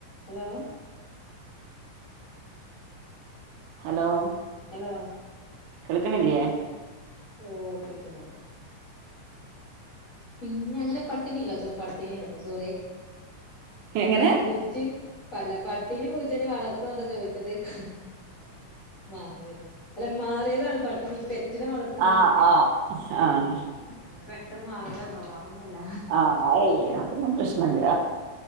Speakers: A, on the left (about 85°); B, on the right (about 80°).
A: Hello
B: hello
A: hello
B: കേൾക്കണില്ലയേ
A: ഓ കിക്കുന്നുണ്ട് പിന്നെ അങ്ങനെ പട്ടിണി ഇല്ല സോ പട്ടിണി കേട്ടോ സോറ
B: എങ്ങനെ
A: അ പൂച്ചയും പല്ല പട്ടിനി പൂച്ചനന് വളർത്തുന്നുണ്ട ചോദിച്ചു മാറിയതാ അ മാറേത അ പട്ടി തെറ്റിനെ വളർത്തണ്ടരണതെ
B: ആഹ് ആഹ് ആഹ്
A: അങ്ങനെ വ പെട്ടന്ന് മാറിയത <unintelligible> ഒന്നല്ല
B: ആഹ് അയ് അതൊന്നും പ്രശ്നല്ല